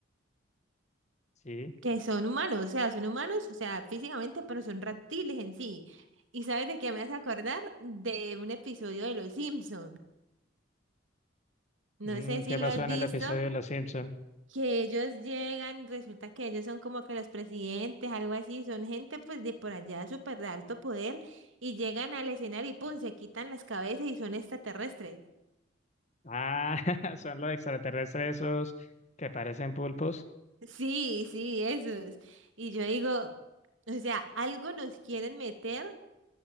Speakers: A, on the left; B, on the right.
A: Sí.
B: que son humanos, o sea, son humanos, o sea, físicamente, pero son reptiles en sí. ¿Y sabes de qué me hace acordar? De un episodio de Los Simpson. No
A: Mm,
B: sé
A: ¿qué
B: si lo
A: pasó
B: has
A: en
B: visto,
A: el episodio de Los Simpson?
B: que ellos llegan, resulta que ellos son como que los presidentes, algo así, son gente pues de por allá súper de alto poder y llegan al escenario y pum, se quitan las cabezas y son extraterrestres.
A: Ah, <laughs> son los extraterrestres esos que parecen pulpos.
B: Sí, sí, esos. Y yo digo, o sea, algo nos quieren meter